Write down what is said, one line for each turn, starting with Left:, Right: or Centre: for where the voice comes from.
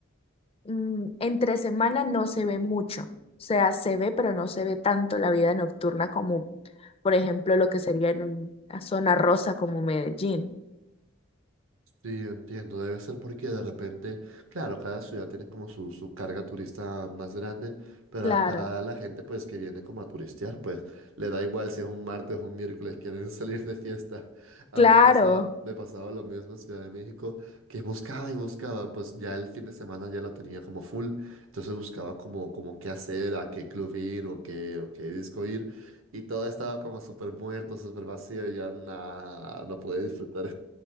Left: mm, entre semana no se ve mucho. O sea, se ve, pero no se ve tanto la vida nocturna como, por ejemplo, lo que sería en una zona rosa como Medellín.
Right: Sí, entiendo. Debe ser porque de repente, claro, cada ciudad tiene como su, su carga turista más grande, pero
Left: Claro,
Right: acá la gente pues que viene como a turistear, pues le da igual si es un martes o un miércoles, quieren <laughs> salir de fiesta. A
Left: claro.
Right: mí me pasaba, me pasaba lo mismo en Ciudad de México, que buscaba y buscaba, pues ya el fin de semana ya lo tenía como full, entonces buscaba como, como qué hacer, a qué club ir o qué, o qué disco ir, y todo estaba como súper muerto, súper vacío, y ya nada, no pude disfrutar